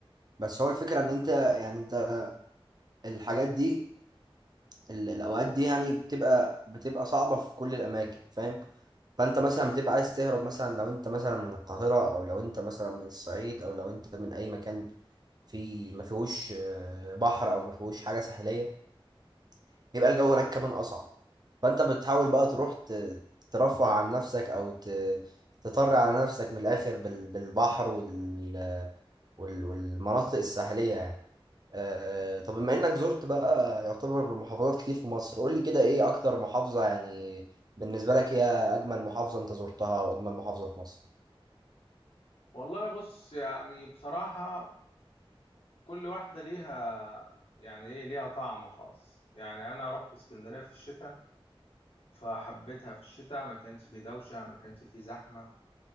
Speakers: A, on the right; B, on the left.
A: بس هو الفكره ان انت يعني انت الحاجات دي ال- الاوقات دي يعني بتبقى بتبقى صعبه في كل الاماكن فاهم فانت مثلا بتبقى عايز تهرب مثلا لو انت مثلا من القاهره او لو انت مثلا من الصعيد او لو انت من اي مكان في ما فيهوش آه، بحر او ما فيهوش حاجه ساحليه بيبقى الجو هناك كمان اصعب فانت بتحاول بقى تروح ت- ترفه عن نفسك او ت- تطر على نفسك من الاخر بال- بالبحر وال وال- والمناطق الساحليه يعني آه، طب بما انك زرت بقى يعتبر محافظات كتير في مصر قول لي كده ايه اكتر محافظه يعني بالنسبه لك هي اجمل محافظه انت زرتها واجمل محافظه في مصر
B: والله بص يعني بصراحة كل واحدة ليها يعني ايه ليها طعم خاص يعني انا رحت اسكندرية في الشتاء فحبيتها في الشتاء ما كانش في دوشة ما كانش في زحمة